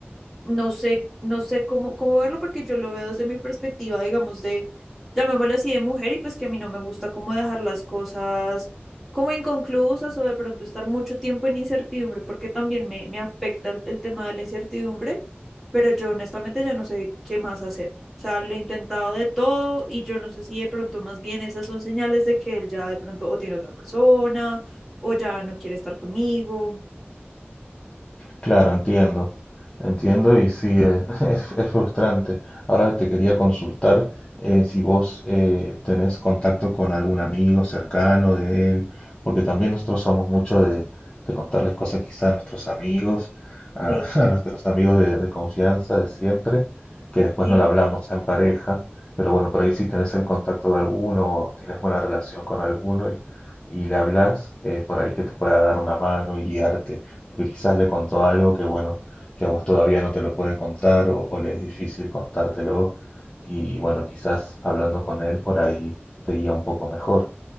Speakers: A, in the centre; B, on the left.
A: no sé, no sé cómo, cómo verlo porque yo lo veo desde mi perspectiva, digamos, de, llamémoslo así, de mujer y pues que a mí no me gusta cómo dejar las cosas como inconclusas o de pronto estar mucho tiempo en incertidumbre porque también me, me afecta el, el tema de la incertidumbre, pero yo honestamente ya no sé qué más hacer. O sea, lo he intentado de todo y yo no sé si de pronto más bien esas son señales de que él ya de pronto o tiene otra persona o ya no quiere estar conmigo.
B: Claro, entiendo, entiendo y sí, eh, <laughs> es, es frustrante. Ahora te quería consultar eh, si vos eh, tenés contacto con algún amigo cercano de él, porque también nosotros somos mucho de, de contarles cosas quizá a nuestros amigos, a,
A: Sí,
B: <laughs> a nuestros amigos de, de confianza de siempre, que después
A: sí.
B: no le hablamos en pareja, pero bueno, por ahí si tenés el contacto de alguno, tienes buena relación con alguno y, y le hablas, eh, por ahí que te pueda dar una mano y guiarte porque quizás le contó algo que, bueno, que a vos todavía no te lo puede contar o, o le es difícil contártelo y, bueno, quizás hablando con él por ahí te guía un poco mejor.